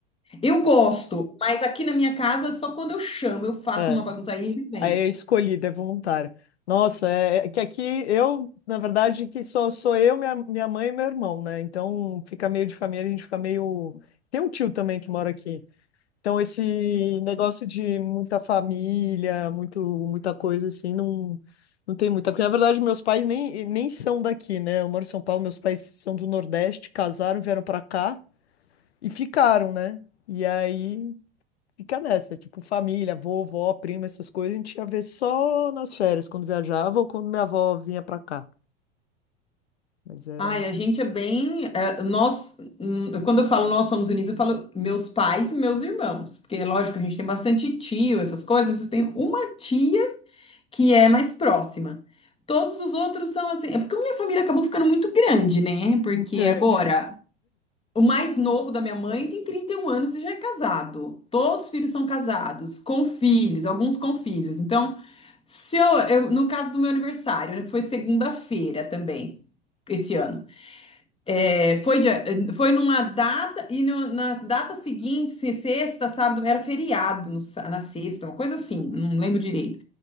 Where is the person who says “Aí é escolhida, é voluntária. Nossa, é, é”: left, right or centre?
Left